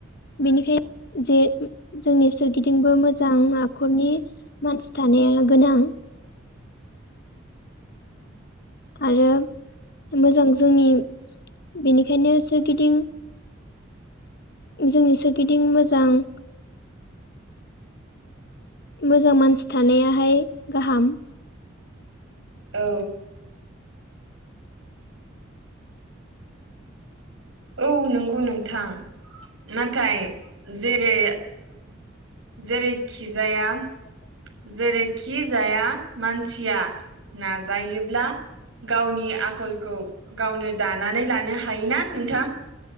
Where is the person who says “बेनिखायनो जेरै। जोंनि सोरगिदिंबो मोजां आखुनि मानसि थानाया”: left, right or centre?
Left